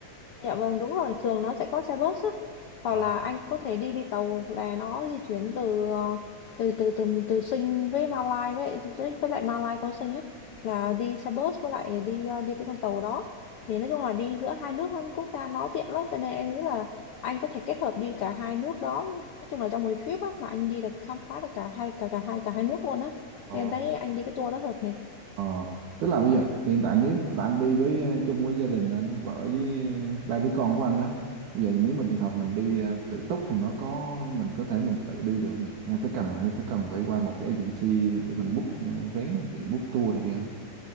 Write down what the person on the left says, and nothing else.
Dạ vâng đúng rồi thường nó sẽ có xe bus á hoặc
là anh có thể đi đi tàu là nó di chuyển từ ờ, từ từ từ từ Sing với Malai với với với lại Malai có Sing á là đi xe bus với lại đi ờ, đi cái con tàu đó thì nói chung là đi giữa hai nước quốc gia nó tiện lắm cho nên em nghĩ là anh có thể kết hợp đi cả hai nước đó nói chung là trong một trip á mà anh đi được khám phá được cả hai cả cả hai cả hai nước luôn á
em thấy anh đi cái tour đó hợp này